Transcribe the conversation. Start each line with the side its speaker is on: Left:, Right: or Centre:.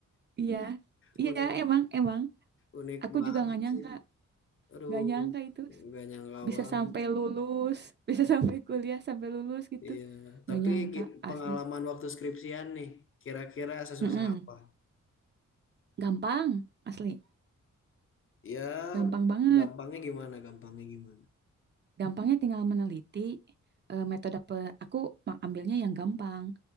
Right: Iya, iya
Left: unik,
Right: emang emang.
Left: unik
Right: Aku
Left: banget
Right: juga nggak nyangka,
Left: sih. Aduh,
Right: nggak nyangka itu.
Left: nggak nyangka
Right: bisa
Left: banget.
Right: sampai lulus, bisa sampai kuliah sampai lulus gitu.
Left: Iya. Tapi
Right: Gak nyangka
Left: gi- pengalaman
Right: asli.
Left: waktu skripsian nih, kira-kira sesusah
Right: Mm-mm.
Left: apa?
Right: Gampang, asli.
Left: Ya,
Right: Gampang banget.
Left: gampangnya gimana? Gampangnya gimana?
Right: Gampangnya tinggal meneliti eh, metode pe- aku ma- ambilnya yang gampang.